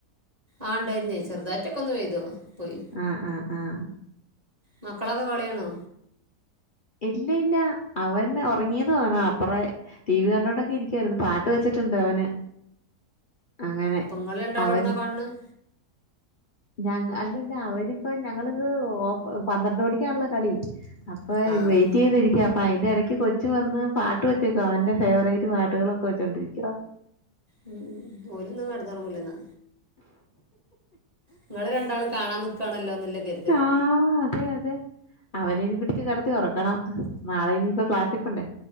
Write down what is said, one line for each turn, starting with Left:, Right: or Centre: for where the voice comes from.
Right: ആ ഉണ്ടായിരുന്നേ ചെറുതായിട്ടൊക്കെ ഒന്ന് വയ്തോ പോയി
Left: ആ ആഹ് ആഹ്
Right: മക്കളൊക്കെ കളിയണോ
Left: ഇല്ല ഇല്ല അവൻ ഉറങ്ങിയന്ന് തോന്നാണ് അപ്പറേ ടി വി കണ്ടുകോണ്ടൊക്കെ ഇരിക്കായിരുന്നു പാട്ട് വെച്ചിട്ടുണ്ട് അവന് അങ്ങനെ
Right: അപ്പം നിങ്ങൾ രണ്ടാളും
Left: അവൻ
Right: എവിടുന്നാ കാണുന്നത്
Left: ഞ അല്ലല്ല അവനിപ്പ ഞങ്ങളിത് ഓ പന്ത്രണ്ട് മണിക്കാണല്ലോ കളി അപ്പൊ
Right: ആ
Left: വെയിറ്റ്
Right: ആ
Left: ചെയ്തിരിക്ക അപ്പ അയിന്റെ ഇടയ്ക്ക് കൊച്ചു വന്ന് പാട്ട് വെച്ചേക്കോ അവന്റെ ഫേവറേറ്റ് പാട്ടുകളൊക്കെ വെച്ചോണ്ടിരിക്കുവ
Right: മം മ്മ് ഓലന്നും കടന്നറങ്ങൂലന്നാ ഇങ്ങള് രണ്ടാള് കാണാ നിക്കാണല്ലോ എന്നല്ല കരു
Left: യാ ആ അതെ അതെ അവന് ഇനി ച് കടത്തി ഉറക്കണം നാളെ ഇനിയിപ്പ ക്ലാസ്സി പോണ്ടേ